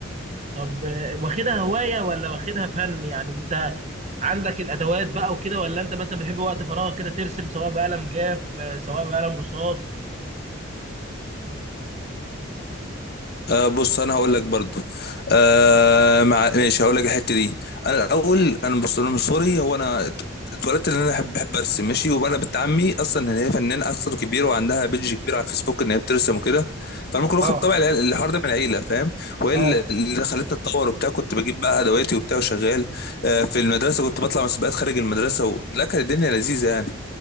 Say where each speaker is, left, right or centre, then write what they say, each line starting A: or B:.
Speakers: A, on the right; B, on the left.
A: طب آه، واخدها هواية ولا واخدها فن يعني انت عندك الادوات بقى وكده ولا انت مثلا بتحب وقت فراغ كده ترسم سواء بقلم جاف آه، سواء بقلم رصاص
B: أه بص انا هقول لك برضو أه مع ماشي هقول لك الحته دي انا الاول انا بص انا من صغري هو انا ات- اتولدت ان انا بحب بحب ارسم ماشي وانا بنت عمي اصلا ان هي فنانه اصلا كبيره وعندها بيدج كبير على الفيسبوك ان هي بترسم وكده فانا ممكن واخد
A: اه
B: طبع العيل- الحوار ده من العيله فاهم وهي
A: اه
B: اللي اللي خلتني اتطور وبتاع كنت بجيب بقى ادواتي وبتاع وشغال أه في المدرسه كنت بطلع مسابقات خارج المدرسه و... لا كانت الدنيا لذيذه يعني